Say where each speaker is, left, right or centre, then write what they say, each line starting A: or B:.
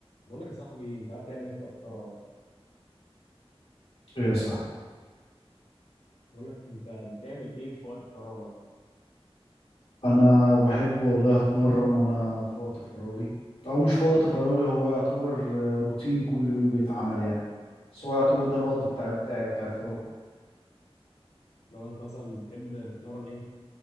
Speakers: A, on the left; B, on the left.
A: بقول لك يا صاحبي انت قاعد تعمل ايه في وقت فراغك
B: ايه صح
A: بقول لك انت بتعمل ايه في وقت فراغك
B: انا بحب والله اتمرن وانا في وقت فراغي او مش في وقت فراغي هو يعتبر آه، روتين كل يوم بيتعمل يعني بس هو يعتبر ده
A: <clears throat>
B: الوقت بتاعي بتاعي بتاع الفراغ
A: لو انت مثلا بتحب تتمرن ايه